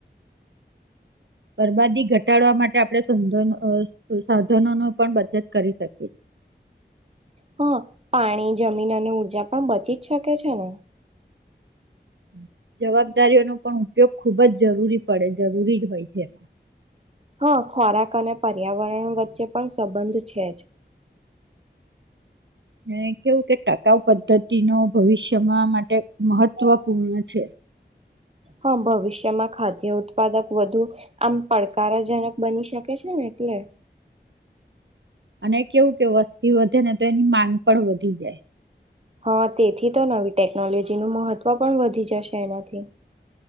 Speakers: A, on the right; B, on the right.
A: બરબાદી ઘટાડવા માટે આપણે સાધનો સાધનોનો પણ બચત કરી શકી
B: હા પાણી જમીન અને ઉઊર્જા પણ બચી જ શકે છે ને
A: <inaudible> જવાબદારીઓ નો પણ ઉપયોગ ખુબ જ જરૂરી પડે જરૂરી જ હોય છે એમ
B: હા ખોરાક અને પર્યાવરણ વચ્ચે પણ સંબંધ છે જ
A: મે કેવું કે ટકાઉ પદ્ધતિનો ભવિષ્યમાં માટે મહત્વપૂર્ણ છે
B: હા ભવિષ્યમાં ખાદ્ય ઉત્પાદક વધુ આમ પડકારજનક બની શકે છે ને એટલે
A: અને કેવું કે વસ્તી વધે ને તો એની માંગ પણ વધી જાય
B: હા તેથી તો નવી ટેકનોલોજીનું મહત્ત્વ પણ વધી જશે એનાથી